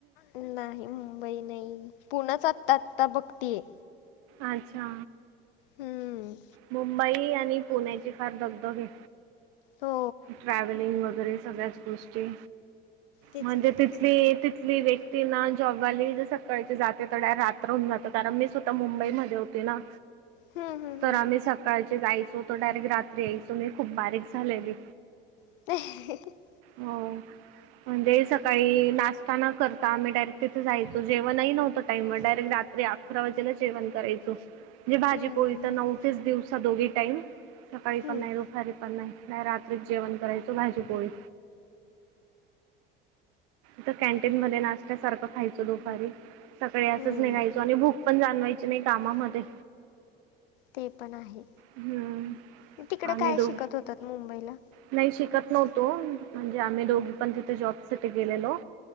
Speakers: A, on the left (about 65°); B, on the right (about 50°).
A: नाही मुंबई नाही पुनच आता आता बघतीये.
B: अच्छा.
A: हम
B: मुंबई आणि पुण्याची फार दगदगय.
A: हो
B: ट्रॅव्हलिंग वगैरे सगळ्याच गोष्टी.
A: तेच
B: म्हणजे
A: ना
B: तिथली
A: तेच ना.
B: तिथली व्यक्ती ना जॉबवाली सकाळची जाते ते डायरेक्ट रात्र होऊन जातो कारण मी स्वतः मुंबईमध्ये होते ना.
A: हम हम्म
B: तर
A: हम्म.
B: आम्ही सकाळचे जायचो तो डायरेक्ट रात्री यायचो मी खूप बारीक झालेली.
A: <inaudible>
B: हो म्हणजे स काळी नाश्ता न करता आम्ही डायरेक्ट तिथे जायचो जेवणही नव्हत टाईमवर डायरेक्ट रात्री आ करा वाजायला जेवण करायचो. म्हणजे भाजी
A: हम्म
B: पोळी
A: हम्म
B: तर
A: हम्म.
B: न्हवतेचं दिवसा दोघी टाईम सकाळी
A: हम्म
B: पण नाही दु पारी पण नाही नाही रात्रीत जेवण करायचं भाजी- पोळी. तर कॅन्टीन मध्ये नाष्टा सारखं खायचं दुपारी. सकाळी असंच
A: हम्म.
B: निघायचो आणि भूक पण जाणवायची नाही कामामध्ये.
A: ते पण आहे,
B: हम्म
A: मग तिकड
B: आम्ही
A: काय
B: दो
A: शिकत होतात मुंबईला?
B: नाही शिकत नव्हतो म्हणजे आम्ही दोघी पण तिथे जॉबसाठी गेलेलो.